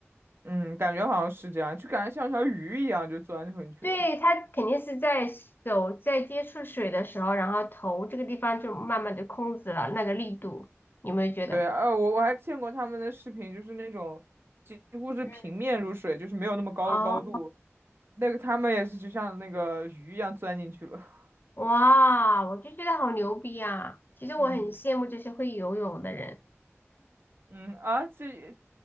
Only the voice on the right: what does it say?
嗯，感觉好像是这样，就感觉像条鱼一样就钻进去了。
对，呃，我我还见过他们的视频，就是那种几几乎是平面入水，
就是没有那么高的高度，
那个他们也是就像那个鱼一样钻进去了。<laughs>
嗯，嗯啊，这